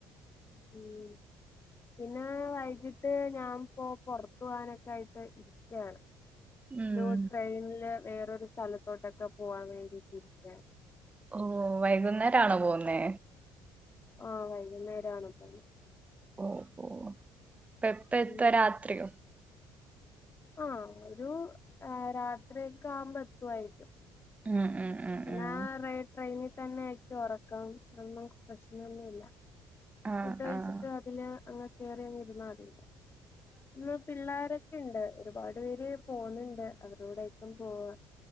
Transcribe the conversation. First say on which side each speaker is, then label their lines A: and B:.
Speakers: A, on the left; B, on the right.
A: ഉം പിന്നാ വൈകിട്ട് ഞാൻ പൊ പൊറത്തു പോകാനൊക്കെ ആയിട്ട് ഇരിക്കയാണ്.
B: ഉം
A: ഒരു ട്രെയിനില് വേറൊരു സ്ഥലത്തോട്ടൊക്കെ പോകാൻ വേണ്ടിട്ടിരിക്കുകയാണ്.
B: ഓഹ് വൈകുന്നേരാണൊ പോകുന്നേ?
A: ആഹ് വൈകുന്നേരാണ് പോകുന്നെ.
B: ഓഹ് ഓഹ് അപ്പ എപ്പ എത്ത
A: ഉം
B: രാത്രിയോ?
A: ആഹ് ഒരു രാത്രിയൊക്കെ ആവുമ്പ എത്തുമായിരിക്കും.
B: ഉം ഉം ഉം
A: പിന്നാ
B: ഉം
A: ആ റെ ട്രെയിനിൽ തന്നെ ആയിരിക്കും ഒറക്കം. അതൊന്നും കൊ പ്രശ്നൊന്നുല്ല.
B: ആഹ്
A: ഫുഡ് കഴിച്ചിട്ട്
B: ആഹ്
A: അതില് അങ്ങ് കേറിയങ് ഇരുന്നാതി. ആഹ് പിള്ളാരൊക്കെണ്ട് ഒരുപാട് പേര് പോവുന്നുണ്ട്. അവരുടെ കൂടെയായിരിക്കും പോവാ.